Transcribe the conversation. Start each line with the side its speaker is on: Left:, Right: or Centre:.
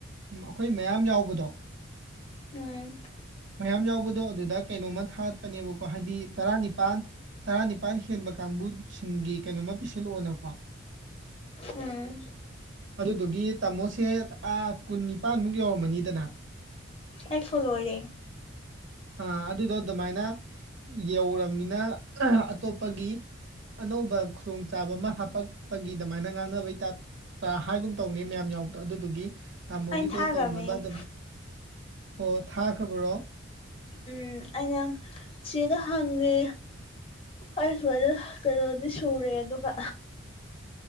Right: ꯑꯩꯈꯣꯏ ꯃꯌꯥꯝ ꯌꯥꯎꯕꯗꯣ
Left: ꯎꯝ
Right: ꯃꯌꯥꯝ ꯌꯥꯎꯕꯗꯣ ꯑꯗꯨꯗ ꯀꯩꯅꯣꯝꯃ ꯊꯥꯒꯠꯄꯅꯦꯕꯀꯣ ꯍꯥꯏꯗꯤ ꯇꯔꯥꯅꯤꯄꯥꯜ ꯇꯔꯥꯅꯤꯄꯥꯜ ꯍꯦꯟꯕ ꯀꯥꯡꯕꯨꯁꯤꯡꯒꯤ ꯀꯩꯅꯣꯃ ꯄꯤꯁꯜꯂꯛꯑꯣꯅꯀꯣ
Left: ꯎꯝ
Right: ꯑꯗꯨꯗꯨꯒꯤ ꯇꯥꯃꯣꯁꯦ ꯀꯨꯟ ꯅꯤꯄꯥꯟꯃꯨꯛ ꯌꯧꯔꯝꯃꯅꯤꯗꯅ
Left: ꯑꯩ ꯐꯜꯔꯦ
Right: ꯑ ꯑꯗꯨꯗꯣ ꯑꯗꯨꯃꯥꯏꯅ ꯌꯧꯔꯕꯅꯤꯅ ꯑꯇꯣꯞꯄꯒꯤ ꯑꯅꯧꯕ ꯈꯨꯗꯣꯡꯆꯥꯥꯕ ꯑꯃ ꯍꯥꯞꯄꯛꯄꯒꯤ ꯑꯗꯨꯃꯥꯏꯅ ꯉꯥꯡꯅꯕꯩ ꯇꯞ ꯍꯥꯏꯒꯨꯝ ꯇꯧꯅꯤ ꯃꯌꯥꯝ ꯌꯥꯎꯕꯗꯣ ꯑꯗꯨꯗꯨꯒꯤ ꯇꯥꯃꯣꯒꯤꯗꯣ
Left: ꯑꯩꯅ ꯊꯥꯈ꯭ꯔꯕꯅꯦ
Right: ꯇꯧꯅꯕ ꯑꯗꯨꯝ ꯑꯣ ꯊꯥꯈ꯭ꯔꯕꯔꯣ
Left: ꯎꯝ ꯑꯩꯅ ꯆꯦꯗ ꯍꯪꯉꯦ ꯑꯩ ꯁꯨꯃꯥꯏꯅ ꯀꯩꯅꯣꯗꯤ ꯁꯨꯔꯦ ꯑꯗꯨꯒ